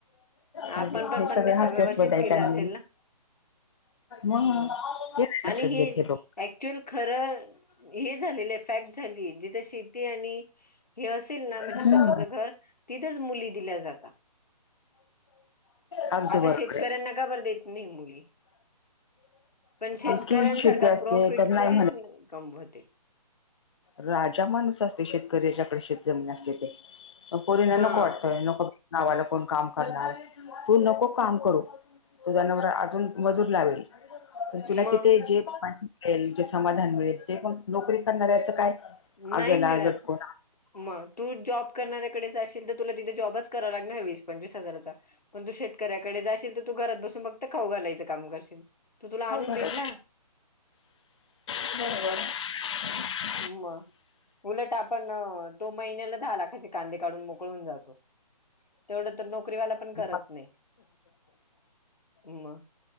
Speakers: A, on the left (about 85°); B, on the left (about 45°).
A: आपण
B: आणि हे
A: पण पन्नासाव्या
B: सगळं हास्यास्पद
A: वर्षीच
B: आहे
A: केलं
B: त्यांनी
A: असेल ना.
B: मग
A: म
B: हे नाही
A: आणि
B: लक्षात
A: हे
B: घेत लोक
A: ऍक्च्युअल खरं हे झालेलं ये फॅक्ट झालीये जिथे शेती आणि हे, असेल ना म्हणजे
B: हम्म.
A: स्वतःच घर तिथेच दिल्या मुली जाता,
B: अगदी
A: आता
B: बरोबर
A: शेत
B: आहे.
A: कऱ्यांना काबर देत नाही मुली? पण शेतकऱ्यांसारखा
B: एकेरी शेती असते
A: प्रॉफिट
B: तर नाही
A: कोणीच
B: म्हणत
A: न कमवते.
B: राजा माणूस असते, शेतकरी ज्याच्याकडे शेत जमीन असते ते पोरीना
A: हा
B: नको वाटत नको. गावाला कोण काम करणार तू नको काम करू तुझा नवरा अजून मजूर लावेल. पण तुला
A: मग
B: तिथे जे समाधान जे समाधान मिळेल ते पण नोकरी करणाऱ्याचं काय.
A: नाही
B: गेला
A: मिळत
B: लटकून
A: मग तू जॉब करणाऱ्याकडेच जाशील तर तुला तिथे जॉबच कराव लागणार वीस पंचवीस हजाराचा. पण तो शेत कऱ्याकडे जाशील तर तू घरात बसून फक्त खाऊ घालायचं काम करशील तो तुला
B: अवघड
A: आणून देईल
B: आहे.
A: ना.
B: बरोबर <unintelligible>
A: म. उलट आपण अ तो महिन्याला दहा लाखाचे कांदे काढून मोकळा होऊन जातो. तेवढं तर नोकरीवाला पण
B: <inaudible>
A: करत नाही मग